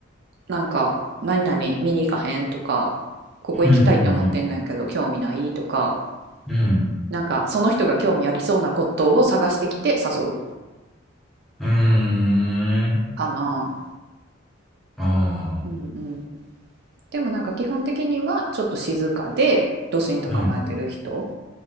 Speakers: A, on the right (about 55°); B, in the centre.
A: なんか、何々見に行かへんとか、ここ行きたいって思ってんのやけど、
B: うん。
A: 興味ないとか、
B: うん。うん。
A: なんかその人が興味ありそうなことを探してきて誘う
B: うんうん。うーん。
A: かな。
B: ああ。
A: うんうん。でもなんか基本的にはちょっと静かでドシンと構えてる人。
B: うん。